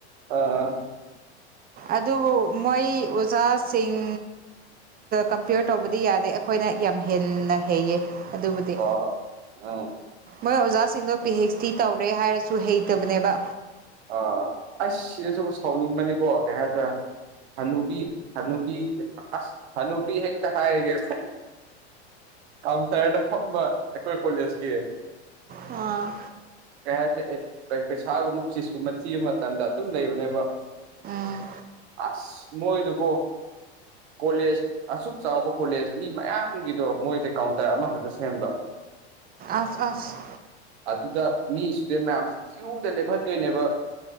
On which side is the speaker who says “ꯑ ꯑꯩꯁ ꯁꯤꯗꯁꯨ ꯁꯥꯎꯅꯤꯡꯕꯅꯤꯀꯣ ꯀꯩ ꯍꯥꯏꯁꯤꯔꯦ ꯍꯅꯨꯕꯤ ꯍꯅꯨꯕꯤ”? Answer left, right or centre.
Right